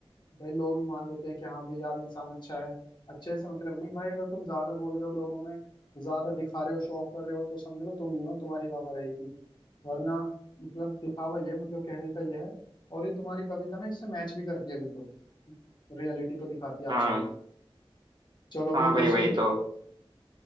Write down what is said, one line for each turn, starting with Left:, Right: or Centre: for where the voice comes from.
Left: भाई लोग भी मान लेते हैं कि हाँ भाई यार इंसान अच्छा है अच्छे से मतलब नहीं भाई अगर तुम ज्यादा बोल रहे हो लोगों में ज्यादा दिखा रहे हो शो ऑफ कर रहे हो तो समझ लो तुम ही हो तुम्हारी वाह रहेगी वरना मतलब दिखावा ये मतलब कहने का ये है और ये तुम्हारी कविता ना इससे मैच भी करती है बिल्कुल रियलिटी को दिखाती है
Right: हाँ
Left: आज की चलो
Right: हाँ
Left: मैं दूसरी
Right: भाई वही तो